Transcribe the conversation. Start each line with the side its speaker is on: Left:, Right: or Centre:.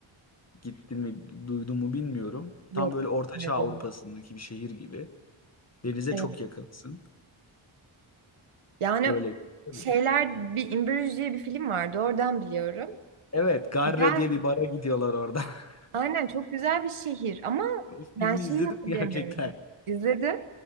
Left: gittin mi duydun mu bilmiyorum.
Right: yok
Left: Tam böyle Orta
Right: dedim.
Left: Avrupa'sındaki bir şehir gibi. Denize
Right: Evet.
Left: çok yakınsın.
Right: Yani
Left: Böyle bir şey
Right: şeyler
Left: olabilir.
Right: bir İmbirüz diye bir film vardı. Oradan biliyorum.
Left: Evet, Garre
Right: Güzel.
Left: diye bir bara gidiyorlar orada. <laughs>
Right: Aynen çok güzel bir şehir ama
Left: O
Right: ben
Left: filmi
Right: şeyi
Left: izledim
Right: hatırlayamıyorum.
Left: <laughs> gerçekten.
Right: İzledim.